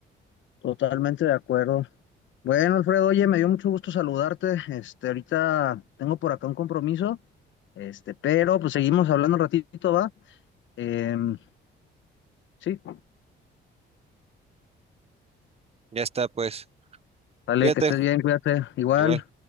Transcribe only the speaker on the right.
Ya está, pues.
Cuídate.
Igual.